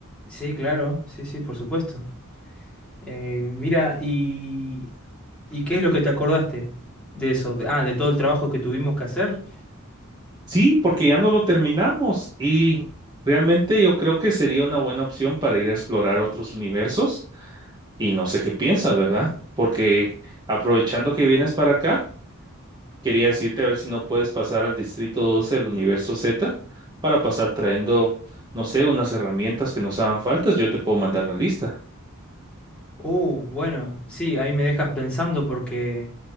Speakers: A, in the centre; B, on the right.
A: Sí, claro, sí, sí, por supuesto. Eh, mira, y, ¿y qué es lo que te acordaste de eso? Ah, de todo el trabajo que tuvimos que hacer.
B: Sí, porque ya no lo terminamos y realmente yo creo que sería una buena opción para ir a explorar otros universos y no sé qué piensas, ¿verdad? Porque aprovechando que vienes para acá, Quería decirte a ver si no puedes pasar al Distrito 12 del Universo Z para pasar trayendo, no sé, unas herramientas que nos hagan faltas. Yo te puedo mandar la lista.
A: Oh, bueno, sí, ahí me dejas pensando porque